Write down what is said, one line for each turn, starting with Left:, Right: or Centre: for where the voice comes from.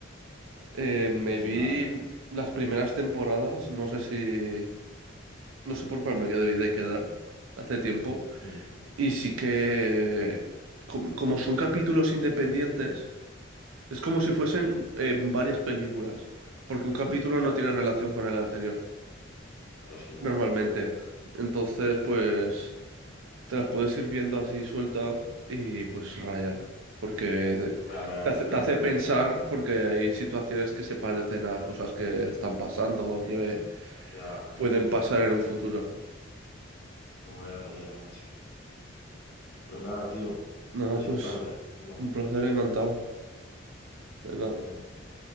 Right: eh, me
Left: Pues sí,
Right: vi
Left: me la miraré.
Right: las primeras temporadas, no sé si, no sé por cuál me quedé, debí de quedar hace tiempo.
Left: Mm,
Right: Y sí que, com- como son capítulos independientes, es como si fuesen
Left: mm,
Right: eh, varias películas, porque un capítulo
Left: ya,
Right: no tiene relación con el anterior,
Left: ostras, qué guapo.
Right: normalmente. Entonces, pues, te las puedes ir viendo así sueltas y pues rayan, porque te,
Left: Me la, me la-
Right: te hace, te
Left: me la
Right: hace
Left: miraré,
Right: pensar,
Left: sí, sí.
Right: porque hay situaciones que se parecen a cosas que están pasando o que
Left: Ya,
Right: pueden
Left: ya.
Right: pasar en un futuro.
Left: Pues voy a rayada, macho. Pues nada, tío,
Right: Nada,
Left: ha sido
Right: pues,
Left: un placer hablar.
Right: un placer, encantado. Venga.
Left: igualmente.